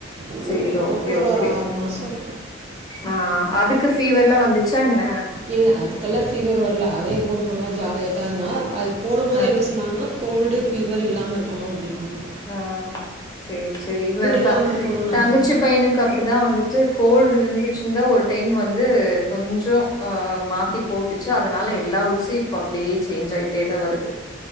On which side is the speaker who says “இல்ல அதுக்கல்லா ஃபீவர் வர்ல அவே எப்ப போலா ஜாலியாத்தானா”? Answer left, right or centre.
Right